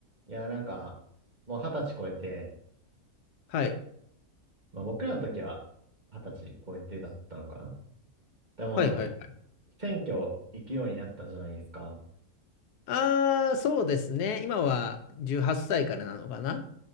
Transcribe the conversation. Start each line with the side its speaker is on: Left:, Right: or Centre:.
Right: いや、なんか、もう二十歳超えて、
Left: はい。
Right: まあ僕らの時は二十歳超えてだったのかなでも、
Left: はいはいはい。
Right: 選挙行くようになったじゃないですか。
Left: ああ、そうですね。今は18歳からなのかな